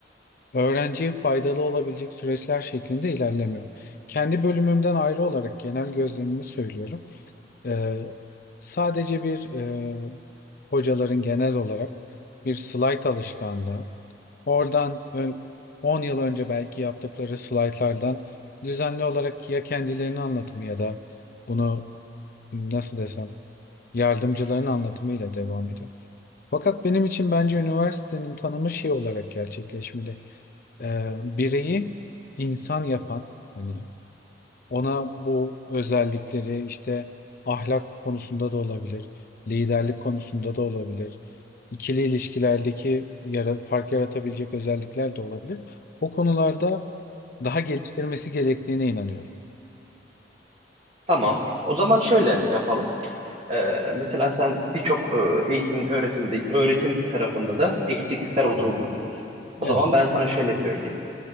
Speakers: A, on the left; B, on the right.
A: öğrenciye faydalı olabilecek süreçler şeklinde ilerlemiyor. Kendi bölümümden ayrı olarak genel gözlemimi söylüyorum. Eee, sadece bir eee, hocaların genel olarak bir slayt alışkanlığı. Oradan ö- 10 yıl önce belki yaptıkları slaytlardan düzenli olarak ya kendilerini anlatımı ya da bunu nasıl desem yardımcıların anlatımıyla devam ediyor. Fakat benim için bence üniversitenin tanımı şey olarak gerçekleşmeli. Ee, bireyi insan yapan, hani ona bu özellikleri işte ahlak konusunda da olabilir, liderlik konusunda da olabilir, ikili ilişkilerdeki yara, fark yaratabilecek özellikler de olabilir. O konularda daha geliştirmesi gerektiğine inanıyorum.
B: Tamam. O zaman şöyle yapalım. Ee, mesela sen birçok e, eğitim, öğretimde, öğretim tarafında da eksiklikler olduğunu vurguluyorsun.
A: Evet.
B: O zaman ben sana şöyle söyleyeyim.